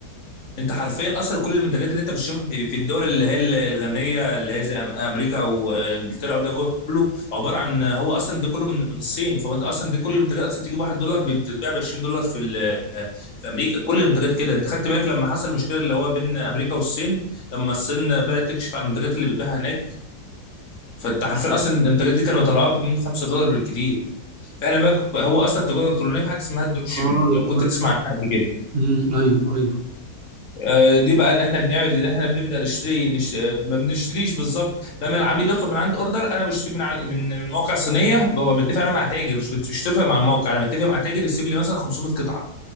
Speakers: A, on the left; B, on the right.
A: انت حرفيا اصلا كل المنتجات اللي انت بتشوفها في في الدول اللي هي الغنيه اللي هي زي أم- امريكا وانجلترا وده كله عباره عن هو اصلا ده كله من من الصين فانت اصلا دي كل المنتجات اصلا بتيجي ب 1 دولار بتتباع ب 20 دولار في ال- في امريكا كل المنتجات كده انت خدت بالك لما حصل المشكله اللي هو بين امريكا والصين لما الصين بدات تكشف على المنتجات اللي بتباعها هناك فانت حرفيا اصلا المنتجات دي كانوا بيطلعوها ب 2 5 دولار بالكتير فاحنا بقى هو اصلا التجاره الالكترونيه في حاجه اسمها الدروب شيبنج
B: اه الحوار
A: لو كنت تسمع
B: ده
A: عنها قبل كده
B: امم ايوه ايوه
A: آه، دي بقى اللي احنا بنعمل اللي احنا بنبدا نشتري نش... آه، ما بنشتريش بالظبط لما العميل يطلب من عند اوردر انا بشتري من عن- من من موقع صينيه ببقى متفق انا مع تاجر مش بت- مش متفق مع الموقع انا متفق مع تاجر يسيب لي مثلا 500 قطعه